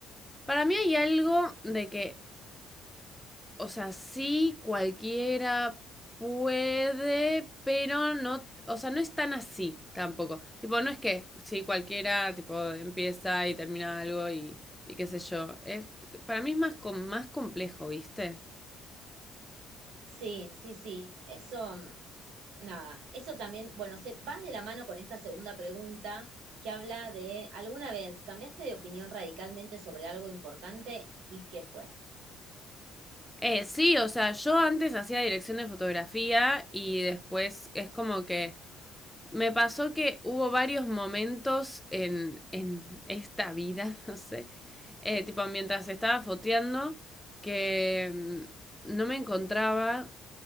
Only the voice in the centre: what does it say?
para mí hay algo de que, o sea, sí, cualquiera puede, pero no, o sea, no es tan así tampoco. Tipo, no es que sí, cualquiera, tipo, empieza y termina algo y, y qué sé yo. Es, para mí es más, com- más complejo, ¿viste?
Eh, sí, o sea, yo antes hacía dirección de fotografía y después es como que me pasó que hubo varios momentos en, en esta vida, <laughs> no sé, eh, tipo mientras estaba foteando que mm, no me encontraba